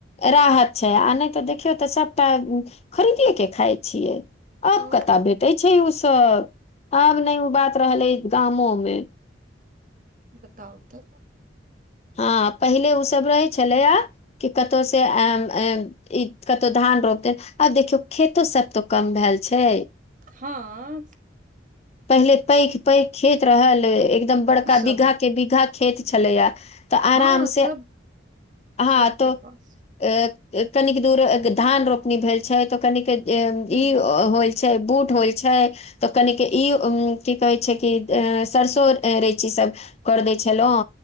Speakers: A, on the left (about 35°); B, on the right (about 45°).
A: राहर छै आ नहि तऽ देखियौ तऽ सभटा खरीदिएके खाइ छियै आब
B: ओ
A: कतय भेटै छै ओ सब आब नै ओ बात रहलै गामो मे ह <inaudible>
B: बताउ तऽ
A: हँ पहिले उसभ रहै छलैया कि कतहु से एम एम इ कत्तौ धान रोपतै आब देखियौ खेतो सब तो कम भैल छै
B: हँ
A: पहिले पैघ पैघ खेत रहल एकदम बड़का
B: सब
A: बीघा के बीघा खेत छलैया तऽ आराम
B: हँ
A: से
B: सब
A: हँ
B: सबके
A: तो
B: पास
A: अ अ कनिक दूर धान रोपनी भेल छै तऽ कनिक
B: हूँ
A: ई होइ छै बूट होइ छै तऽ कनिक के ई की कहै छै कि अ सरसो रैंची सब कर दै छलहुँ